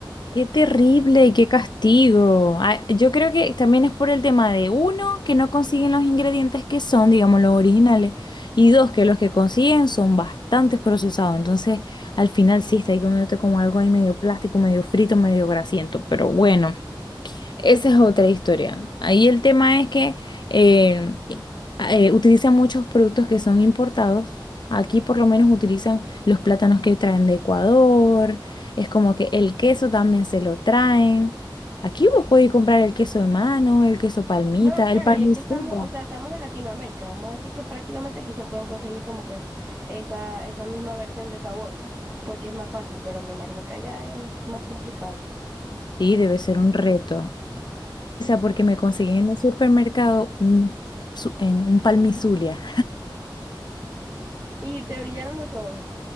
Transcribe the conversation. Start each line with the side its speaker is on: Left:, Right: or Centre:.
Left: Qué terrible y qué castigo. Ah, Yo creo que también es por el tema de uno, que no consiguen los ingredientes que son, digamos, los originales, y dos, que los que consiguen son bastante procesados. Entonces, al final sí, está ahí comiéndote como algo ahí medio plástico, medio frito, medio grasiento, pero bueno. Esa es otra historia. Ahí el tema es que eh, i- eh, utilizan muchos productos que son importados. Aquí por lo menos utilizan los plátanos que traen de Ecuador. Es como que el queso también se lo traen. Aquí vos podés comprar el queso de mano, el queso palmita,
Right: No, claro,
Left: el palmicillo.
Right: y es que estamos, o sea, estamos en Latinoamérica, vamos a decir que prácticamente aquí se pueden conseguir como que esa, esa misma versión de sabores, porque es más fácil, pero me imagino que allá es más complicado.
Left: Sí, debe ser un reto. O sea, porque me conseguí en el supermercado un, su- en un palmizulia.
Right: Y te brillaron los ojos